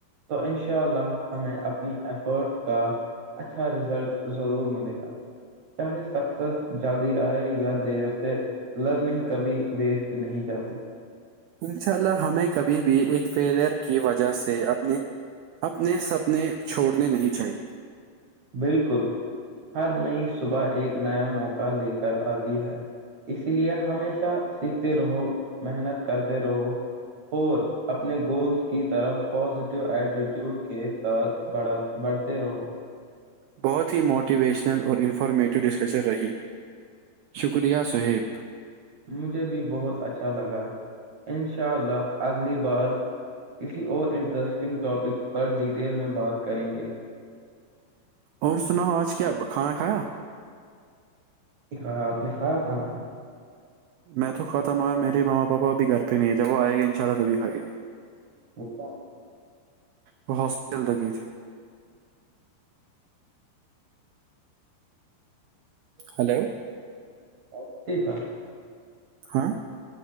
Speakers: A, on the right; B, on the right.
A: تو ان شاء اللہ ہمیں اپنی ایفرٹس کا اچھا رزلٹ ضرور ملے گا چاہے سکسیس جلدی آئے یا دیر سے لرننگ کبھی ویسٹ نہیں جاتی
B: انشاء اللہ ہمیں کبھی بھی ایک فیلئر کی وجہ سے اپنی اپنے سپنے چھوڑنے نہیں چاہیے
A: بالکل ہر نئی صبح ایک نیا موقع لے کر آتی ہے اسی لیے ہمیشہ سیکھتے رہو محنت کرتے رہو اور اپنے گولز کی طرف پازیٹیو ایٹیٹیوڈ کے ساتھ بڑ بڑھتے رہو
B: بہت ہی موٹیویشنل اور انفارمیٹو ڈسکشن رہی شکریہ صہیب
A: مجھے بھی بہت اچھا لگا ان شاء اللہ اگلی بار کسی اور انٹرسٹنگ ٹاپک پر ڈیٹیل میں بات کریں گے
B: اور سناو آج کیا کھانا کھایا
A: کیا آپ نے کھایا کھانا
B: میں تو کھاتا مگر میرے ماما پاپا ابھی گھر پہ نہیں ہے جب وہ آئے گا انشاءلہ تبھی کھائے گے
A: <unintelligible> اکا
B: وہ ہاسپٹل گی تھی ہیلو
A: <unintelligible>
B: ہاں